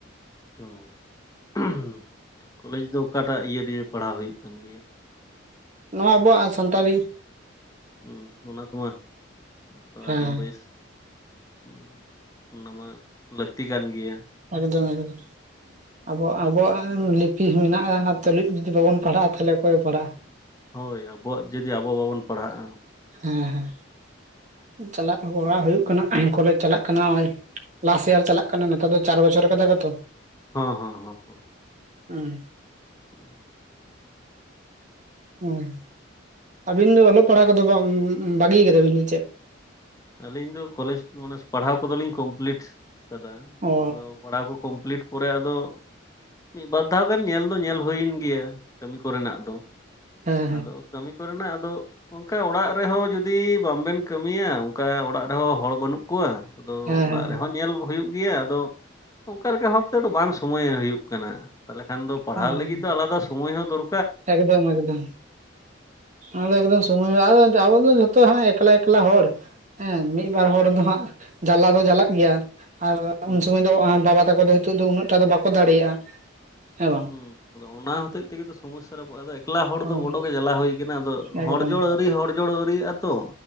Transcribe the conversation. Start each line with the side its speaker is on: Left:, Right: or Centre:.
Left: ᱦᱚᱸ ᱠᱚᱞᱮᱡᱽ ᱫᱚ ᱚᱠᱟᱴᱟᱜ ᱤᱭᱟᱹ ᱨᱮᱜᱮ ᱯᱟᱲᱦᱟᱣ ᱦᱩᱭᱩᱜ ᱠᱟᱱ ᱜᱮᱭᱟ?
Right: ᱱᱚᱣᱟ ᱟᱵᱚᱣᱟᱜ ᱥᱟᱱᱛᱟᱞᱤ᱾
Left: ᱦᱚᱸ ᱚᱱᱟ ᱠᱚᱢᱟ ᱛᱚ
Right: ᱦᱮᱸ
Left: ᱟᱹᱰᱤ ᱵᱮᱥ, ᱦᱩᱸ ᱚᱱᱟ ᱢᱟ ᱞᱟᱹᱠᱛᱤ ᱠᱟᱱ ᱜᱮᱭᱟ᱾
Right: ᱮᱠᱫᱚᱢ ᱮᱠᱫᱚᱢ ᱟᱵᱚᱣᱟᱜ ᱟᱵᱚᱣᱟᱜ ᱞᱤᱯᱤ ᱢᱮᱱᱟᱜ-ᱟ, ᱛᱩᱞᱩᱡ ᱡᱩᱫᱤ ᱵᱟᱵᱚᱱ ᱯᱟᱲᱦᱟᱜ-ᱟ, ᱛᱟᱦᱞᱮ ᱚᱠᱚᱭ ᱵᱚ ᱯᱟᱲᱦᱟᱜᱼᱟ?
Left: ᱦᱳᱭ ᱟᱵᱚᱣᱟᱜ ᱡᱩᱫᱤ ᱟᱵᱚ ᱵᱟᱵᱚᱱ ᱯᱟᱲᱦᱟᱜ-ᱟ᱾
Right: ᱦᱩᱸ ᱦᱩᱸ ᱪᱟᱞᱟᱜ <unintelligible> ᱦᱩᱭᱩᱜ ᱠᱟᱱᱟ ᱠᱚᱞᱮᱡᱽ ᱪᱟᱞᱟᱜ ᱠᱟᱱᱟ <unintelligible> ᱞᱟᱥᱴ ᱤᱭᱟᱨ ᱪᱟᱞᱟᱜ ᱠᱟᱱᱟ ᱱᱮᱛᱟᱨ ᱫᱚ ᱪᱟᱨ ᱵᱚᱪᱷᱚᱨ ᱠᱟᱫᱟ ᱠᱚᱛᱚ᱾
Left: ᱦᱚᱸ ᱦᱚᱸ ᱦᱚᱸ ᱦᱚᱸ᱾
Right: ᱦᱩᱸ᱾
Left: ᱦᱩᱸ᱾
Right: ᱦᱩᱸ, ᱟᱹᱵᱤᱱ ᱫᱚ ᱚᱞᱚᱜ ᱯᱟᱲᱦᱟᱜ ᱠᱚᱫᱚ ᱵᱟᱝ ᱵᱟᱹᱜᱤ ᱠᱟᱫᱟ ᱵᱤᱱ ᱥᱮ ᱪᱮᱫ?
Left: ᱟᱹᱞᱤᱧ ᱫᱚ ᱠᱚᱞᱮᱡᱽ ᱢᱚᱞᱮᱡᱽ ᱯᱟᱲᱦᱟᱣ ᱠᱚᱫᱚᱞᱤᱧ ᱠᱚᱢᱯᱞᱤᱴ ᱠᱟᱫᱟ᱾
Right: ᱚ
Left: ᱟᱫᱚ ᱯᱟᱲᱦᱟᱣ ᱠᱚ ᱠᱚᱢᱯᱞᱤᱴ ᱯᱚᱨᱮ ᱟᱫᱚ ᱢᱤᱫ ᱵᱟᱨ ᱫᱷᱟᱣ ᱜᱟᱱ ᱧᱮᱞ ᱫᱚ ᱧᱮᱞ ᱦᱩᱭᱮᱱ ᱜᱮᱭᱟ ᱠᱟᱹᱢᱤ ᱠᱚᱨᱮᱱᱟᱜ ᱫᱚ᱾
Right: ᱦᱮᱸ
Left: ᱟᱫᱚ ᱠᱟᱹᱢᱤ ᱠᱚᱨᱮᱱᱟᱜ ᱟᱫᱚ ᱚᱝᱠᱟ ᱚᱲᱟᱜ ᱨᱮᱦᱚᱸ ᱡᱩᱫᱤ ᱵᱟᱝᱵᱮᱱ ᱠᱟᱹᱢᱤᱭᱟ᱾ ᱚᱱᱠᱟ ᱚᱲᱟᱜ ᱨᱮᱦᱚᱸ ᱦᱚᱲ ᱵᱟᱹᱱᱩᱜ ᱠᱚᱣᱟ ᱟᱫᱚ
Right: ᱦᱮᱸ ᱦᱮᱸ
Left: ᱚᱲᱟᱜ ᱨᱮᱦᱚᱸᱧ ᱧᱮᱞ ᱦᱩᱭᱩᱜ ᱜᱮᱭᱟ ᱟᱫᱚ ᱚᱱᱠᱟ ᱞᱮᱠᱟ ᱵᱷᱟᱵᱽ ᱛᱮᱫᱚ ᱵᱟᱝ ᱥᱚᱢᱚᱭᱚᱜ ᱦᱩᱭᱩᱜ ᱠᱟᱱᱟ, ᱛᱟᱦᱞᱮ ᱠᱷᱟᱱ ᱫᱚ ᱯᱟᱲᱦᱟᱣ
Right: ᱦᱮᱸ
Left: ᱞᱟᱹᱜᱤᱫ
Right: ᱦᱮᱸ
Left: ᱫᱚ ᱟᱞᱟᱫᱟ ᱥᱚᱢᱚᱭ ᱦᱚᱸ ᱫᱚᱨ
Right: ᱮᱠᱫᱚᱢ ᱮᱠᱫᱚᱢ᱾ ᱟᱫᱚ ᱮᱠᱫᱚᱢ ᱥᱚᱢᱚᱭ-ᱟ, ᱟᱫᱚ ᱟᱵᱚ ᱫᱚ ᱡᱷᱚᱛᱚ ᱮᱠᱞᱟ ᱮᱠᱞᱟ ᱦᱚᱲ᱾ ᱦᱮᱸ ᱢᱤᱫ ᱵᱟᱨ ᱦᱚᱲ ᱫᱚ ᱦᱟᱸᱜ ᱡᱟᱞᱟ ᱫᱚ ᱡᱟᱞᱟᱜ ᱜᱮᱭᱟ᱾ ᱟᱨ
Left: ᱦᱩᱸ
Right: ᱩᱱ ᱥᱚᱢᱚᱭ ᱫᱚ ᱵᱟᱵᱟ ᱛᱟᱠᱚ ᱫᱚ ᱦᱤᱸᱛᱚᱜ ᱫᱚ ᱩᱱᱟᱹᱜ ᱴᱟ ᱫᱚ ᱵᱟᱠᱚ ᱫᱟᱲᱮᱭᱟᱜ-ᱟ ᱦᱮᱸ ᱵᱟᱝ?
Left: ᱦᱩᱸ, ᱟᱫᱚ ᱚᱱᱟ ᱦᱚᱛᱮᱡ ᱛᱮᱜᱮ ᱛᱚ ᱥᱚᱢᱚᱥᱥᱟ ᱨᱮ ᱟᱫᱚ ᱮᱠᱞᱟ ᱦᱚᱲ
Right: ᱦᱳᱭ
Left: ᱫᱚ ᱵᱚᱰᱚ‌ ᱜᱮ ᱡᱟᱞᱟ ᱦᱩᱭ ᱟᱠᱟᱱᱟᱱᱟ᱾ ᱟᱫᱚ
Right: ᱮᱠᱫᱚᱢ
Left: ᱦᱚᱲ ᱡᱚᱲ ᱟᱹᱰᱤ ᱦᱚᱲ ᱡᱚᱲ ᱟᱹᱣᱨᱤᱭᱟᱜ-ᱟ ᱛᱚ,